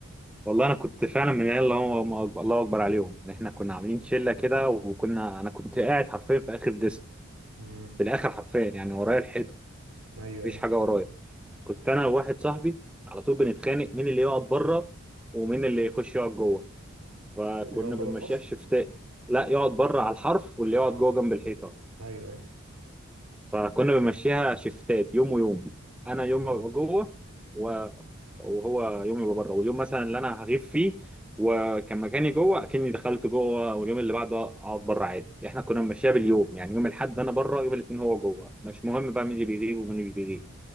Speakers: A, in the centre; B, on the right (about 80°).
A: والله انا كنت فعلا من العيال اللي هو هم أكبر- الله اكبر عليهم يعني احنا كنا عاملين شله كده وكنا انا كنت قاعد حرفيا في اخر ديسك
B: امم
A: في الاخر حرفيا يعني ورايا الحيطه
B: ايوه
A: مفيش
B: ايوه
A: حاجه ورايا كنت انا وواحد صاحبي على طول بنتخانق مين اللي يقعد بره ومين اللي يخش يقعد جوه فكنا
B: يقعد بره
A: بنمشيها
B: الفصل
A: شفتات لا يقعد بره على الحرف واللي يقعد
B: اه
A: جوه جنب الحيطه
B: ايوه ايوه
A: فكنا بنمشيها شفتات يوم ويوم انا يوم
B: اه
A: ابقى جوه وهو يومي يبقى بره واليوم مثلا اللي انا هغيب فيه وكان مكاني جوه اكني دخلت جوه واليوم اللي بعده اقعد بره عادي احنا كنا ماشيين باليوم يعني يوم الاحد انا بره يوم الاثنين هو جوه مش مهم بقى مين اللي بيغيب ومين اللي مش بيغيب